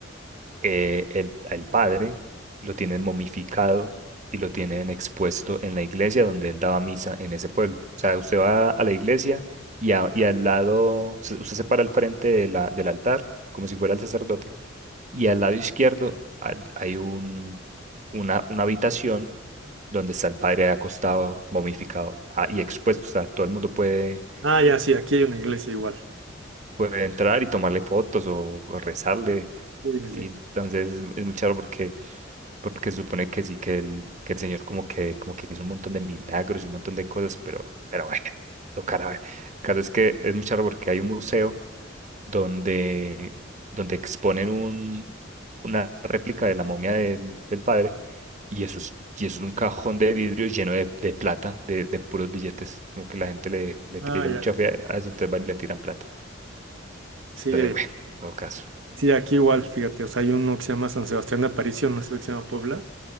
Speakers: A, on the right; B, on the right.
A: eh, el, al padre lo tienen momificado y lo tienen expuesto en la iglesia donde él daba misa en ese pueblo. O sea, usted va a la iglesia y, a- y al lado, se- usted se para al frente de la, del altar, como si fuera el sacerdote, y al lado izquierdo ha- hay un, una, una habitación donde está el padre acostado, momificado ah, y expuesto. O sea, todo el mundo puede,
B: Ah, ya, sí, aquí hay una iglesia igual.
A: puede entrar y tomarle fotos o, o rezarle.
B: Sí, sí,
A: Y
B: sí.
A: entonces es muy charro porque porque supone que sí, que el, que el Señor como que, como que hizo un montón de milagros y un montón de cosas, pero, pero bueno, <laughs> tocará ver. El caso es que es muy charro porque hay un museo donde, donde exponen un, una réplica de la momia del, del padre y eso es, y eso es un cajón de vidrio lleno de, de plata, de, de puros billetes, como que la gente le, le
B: Ah,
A: tiene
B: ya.
A: mucha fe a eso, entonces van y le tiran plata.
B: Sí,
A: Entonces,
B: eh,
A: <laughs> bueno, todo caso.
B: sí, aquí igual, fíjate, o sea, hay uno que se llama San Sebastián de Aparición, no sé que se llama Puebla.